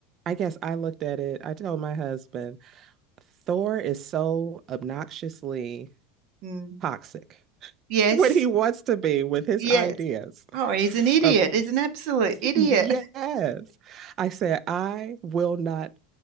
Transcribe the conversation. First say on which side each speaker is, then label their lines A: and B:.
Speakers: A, on the right; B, on the right.
A: I guess I looked at it. I told my husband Thor is so obnoxiously
B: Mm.
A: toxic
B: yes,
A: when he wants to be with his
B: yes.
A: ideas.
B: Oh, he's an idiot.
A: Uh,
B: He's an absolute idiot.
A: yes.
B: <laughs>
A: I said, I will not